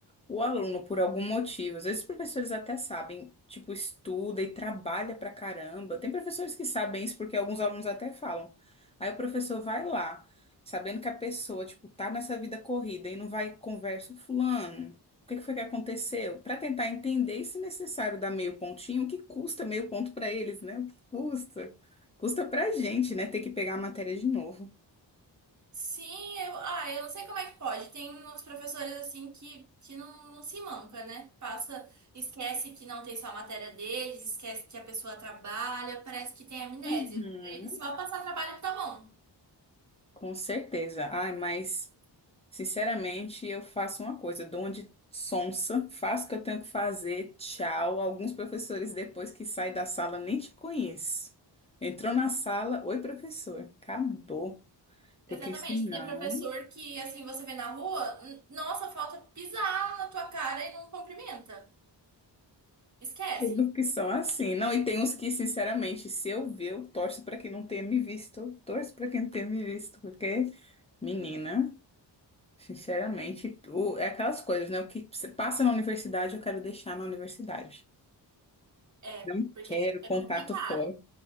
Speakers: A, on the left (about 15°); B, on the right (about 40°).
A: O aluno, por algum motivo, às vezes os professores até sabem, tipo, estuda e trabalha pra caramba. Tem professores que sabem isso porque alguns alunos até falam. Aí o professor vai lá, sabendo que a pessoa, tipo, tá nessa vida corrida e não vai conversa, fulano, o que que foi que aconteceu? Pra tentar entender e, se necessário, dar meio pontinho, o que custa meio ponto pra eles, né? O que custa? Custa pra gente, né? Ter que pegar a matéria de novo.
B: Sim, eu, ah, eu não sei como é que pode. Tem uns professores assim que, que não, não se manca, né? Passa, esquece que não tem só a matéria deles, esquece que a pessoa trabalha, parece que tem amnésia.
A: Uhum.
B: Pra eles só passar trabalho tá bom.
A: Com certeza. Ai, mas. Sinceramente, eu faço uma coisa, dou uma de sonsa, faço o que eu tenho que fazer, tchau. Alguns professores, depois que saem da sala, nem te conheço. Entrou na sala, oi, professor, acabou. Porque
B: Exatamente,
A: senão,
B: tem professor que assim você vê na rua, n- nossa, falta pisar na tua cara e não cumprimenta. Esquece.
A: tem uns que são assim. Não, e tem uns que, sinceramente, se eu ver, eu torço para quem não tenha me visto. Eu torço para quem não tenha me visto, porque, menina, sinceramente, o- é aquelas coisas, né? O que você passa na universidade, eu quero deixar na universidade.
B: É,
A: Não
B: porque
A: quero contato
B: é complicado.
A: fora.